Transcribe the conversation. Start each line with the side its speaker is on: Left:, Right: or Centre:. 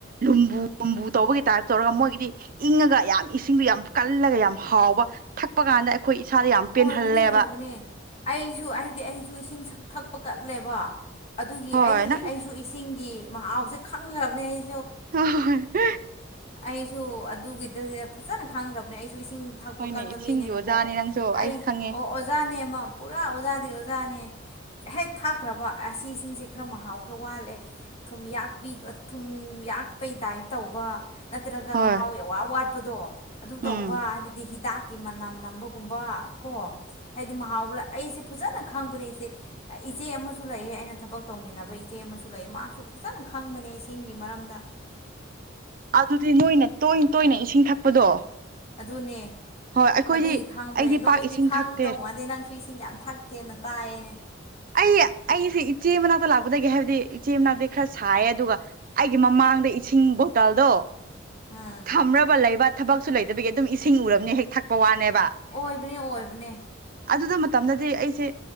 Right: ꯂꯨꯝꯕꯨꯨꯝꯕꯨ ꯇꯧꯕꯒꯤ ꯇꯥꯏꯞ ꯇꯧꯔꯒ ꯃꯣꯏꯒꯤꯗꯤ ꯏꯪꯉꯒ ꯌꯥꯝ ꯏꯁꯤꯡꯗꯨ ꯌꯥꯝ ꯀꯜꯂꯒ ꯌꯥꯝ ꯍꯥꯎꯕ ꯊꯛꯄ ꯀꯥꯟꯗ ꯑꯩꯈꯣꯏ ꯏꯁꯥꯗ ꯌꯥꯝ ꯄꯦꯟꯍꯜꯂꯦꯕ
Left: ꯑꯣꯏꯕꯅꯦ ꯑꯣꯏꯕꯅꯦ ꯑꯩꯁꯨ ꯍꯥꯏꯕꯗꯤ ꯑꯩꯁꯨ ꯏꯁꯤꯡ ꯊꯛꯄ ꯀꯠꯂꯦꯕ ꯑꯗꯨꯒꯤ
Right: ꯍꯣꯏ
Left: ꯑꯩ
Right: ꯅꯪ
Left: ꯑꯩꯁꯨ ꯏꯁꯤꯡꯒꯤ ꯃꯍꯥꯎꯁꯦ ꯈꯪꯈ꯭ꯔꯕꯅꯦ ꯑꯩ
Right: ꯑ
Left: ꯑꯩꯁꯨ ꯑꯗꯨꯒꯤꯗ ꯐꯖꯅ ꯈꯪꯈ꯭ꯔꯕꯅꯦ ꯑꯩꯁꯨ ꯁꯨ ꯏꯁꯤꯡ ꯊꯛꯄ
Right: ꯍꯣꯏꯅꯦ
Left: ꯀꯟꯕ
Right: ꯏꯁꯤꯡꯒꯤ
Left: ꯃꯤꯅꯦꯅꯨꯀꯣ
Right: ꯑꯣꯖꯥꯅꯦ ꯅꯪꯁꯨ
Left: ꯑꯩ
Right: ꯈꯪꯉꯦ
Left: ꯑꯣ ꯑꯣꯖꯥꯅꯦ ꯑꯃ ꯄꯨꯔꯥ ꯑꯣꯖꯥꯗꯤ ꯑꯣꯖꯥꯅꯦ <inaudible> ꯍꯦꯛ ꯊꯥꯛꯈ꯭ꯔꯕ ꯑꯁꯤꯁꯤꯡꯁꯦ ꯈꯔ ꯃꯍꯥꯎ ꯈꯔ ꯋꯥꯠꯂꯦ ꯊꯨꯝꯌꯥꯛꯄꯤ ꯊꯨꯝꯌꯥꯛ ꯀꯠꯄꯩ ꯇꯥꯏꯞ ꯇꯧꯕ ꯅꯠꯇ꯭ꯔꯒ
Right: ꯍꯣꯏ
Left: ꯃꯍꯥꯎ ꯑꯋꯥ ꯋꯥꯠꯄꯗꯣ ꯑꯗꯨ ꯇꯧꯕ
Right: ꯎꯝ
Left: ꯍꯥꯏꯕꯗꯤ ꯍꯤꯗꯥꯛ ꯃꯅꯝ ꯅꯝꯕꯒꯨꯝꯕ ꯀꯣ ꯍꯥꯏꯗꯤ ꯃꯍꯥꯎ ꯑꯩꯁꯦ ꯐꯖꯅ ꯈꯪꯕꯅꯦ ꯑꯩꯁꯦ ꯏꯆꯦ ꯑꯃꯁꯨ ꯂꯩꯌꯦ ꯑꯩꯅ ꯊꯕꯛ ꯇꯧꯃꯤꯟꯅꯕ ꯏꯆꯦ ꯑꯃꯁꯨ ꯂꯩꯑ ꯃꯥꯁꯨ ꯐꯖꯅ ꯈꯪꯕꯅꯦ ꯏꯁꯤꯡꯒꯤ ꯃꯔꯝꯗ <inaudible>
Right: ꯑꯗꯨꯗꯤ ꯅꯣꯏꯅ ꯇꯣꯏꯅ ꯇꯣꯏꯅ ꯏꯁꯤꯡ ꯊꯛꯄꯗꯣ
Left: ꯑꯗꯨꯅꯦ
Right: ꯍꯣꯏ ꯑꯩꯈꯣꯏꯗꯤ
Left: ꯑꯗꯨꯒꯤ ꯈꯥꯡꯕ꯭ꯔꯅꯦ
Right: ꯑꯩꯗꯤ
Left: ꯅꯣꯏꯗꯤ
Right: ꯄꯥꯛ ꯏꯁꯤꯡ
Left: ꯈꯥꯡꯗꯧ
Right: ꯊꯛꯇꯦ
Left: ꯃꯥꯥꯟꯗꯦ ꯅꯪ ꯐꯄꯤꯁꯤꯡ ꯌꯥꯝ ꯊꯛꯇꯦꯅ ꯇꯥꯏꯅꯦ
Right: ꯑꯩ ꯑꯩꯁꯦ ꯏꯆꯦ ꯃꯅꯥꯛꯇ ꯂꯥꯛꯄꯗꯒꯤ ꯍꯥꯏꯕꯗꯤ ꯏꯆꯦ ꯃꯅꯥꯛꯇꯤ ꯈꯔ ꯁꯥꯏꯌꯦ ꯑꯗꯨꯒ ꯑꯩꯒꯤ ꯃꯃꯥ ꯑꯥꯡꯗ ꯏꯁꯤꯡ ꯕꯣꯇꯥꯜꯗꯣ
Left: ꯎꯝ
Right: ꯊꯝꯕ ꯂꯩꯕ ꯊꯕꯛꯁꯨ ꯂꯩꯇꯕꯤꯒꯤ ꯑꯗꯨꯝ ꯏꯁꯤꯡ ꯎꯔꯕꯅꯦ ꯍꯦꯛ ꯊꯛꯄ ꯋꯥꯅꯦꯕ
Left: ꯑꯣꯏꯕꯅꯦ ꯑꯣꯏꯕꯅꯦ
Right: ꯑꯗꯨꯗ ꯃꯇꯝꯗꯗꯤ ꯑꯩꯁꯦ